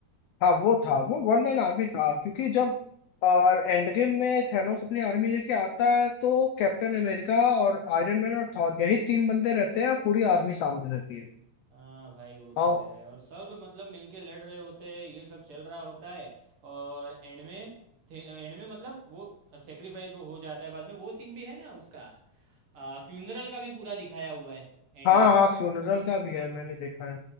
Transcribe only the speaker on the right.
हाँ भाई वो तो
है और सब मतलब मिलके लड़ रहे होते हैं ये सब चल रहा होता है और एंड में एंड में मतलब वो सेक्रीफाइस वो हो जाता है बाद में वो सीन भी है ना उसका फ्यूनरल का भी पूरा दिखाया हुआ है एंड
में